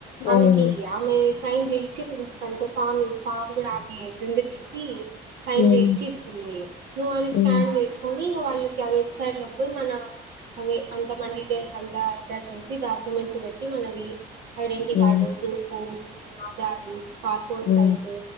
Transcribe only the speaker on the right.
ఆమె
కీ ఆమె సైన్ చేయిచ్చి ప్రిన్సిపాల్ తో ఫామ్ ఫామ్ కూడా ఆమే ప్రింట్ తీసి సైన్
చేయిచ్చి ఇస్తుంది నువ్వు అది
స్కాన్ చేసుకొని ఇంగ వాళ్ళకి ఆ వెబ్సైట్ లో ఇప్పుడు మన అవి అంత మన డీటెయిల్స్ అంతా ఎంటర్ చేసి డాక్యుమెంట్స్ పెట్టి మనవి ఐడెంటిటీ
కార్డు ప్రూఫ్ ఆధార్ పాస్పోర్ట్
సైజు